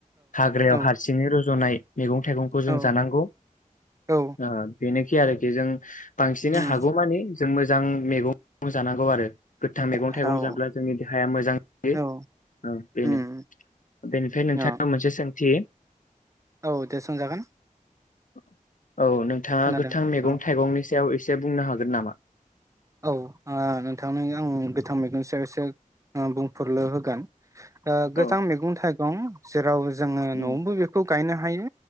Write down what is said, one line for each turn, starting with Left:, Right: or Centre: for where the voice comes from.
Left: हाग्रायाव
Right: औ
Left: हारसिङै र जनाय मैगं थाइगंखौ जों
Right: औ
Left: जानांगौ।
Right: औ
Left: ओ बेनो खि आरोखि जों बांसिनै
Right: उम
Left: हा मानि जों मोजां मैगं जानांगौ आरो। गोथां मैगं
Right: औ
Left: थाइगं जाब्ला जोंनि देहाया मोजां जायो।
Right: औ
Left: ओ बेनो।
Right: उम
Left: बेनिफ्राय नोंथां
Right: अ
Left: नाव मोनसे सोंथि
Right: ओ औ दे सोंजागोन
Left: <unintelligible> औ नोंथाङा
Right: खोनादों
Left: गोथां मैगं
Right: औ
Left: थाइगंनि सायाव एसे बुंनो हागोन हागोन नामा?
Right: औ ओ‌ नोंथांनि आं बिथां मैगुन सायाव एसे बुंफोरलु होगोन। ओ
Left: औ
Right: गोथां मैगं थाइ दं जेराव जोङो
Left: उम
Right: नआवबो बेखौ गायनो हायो।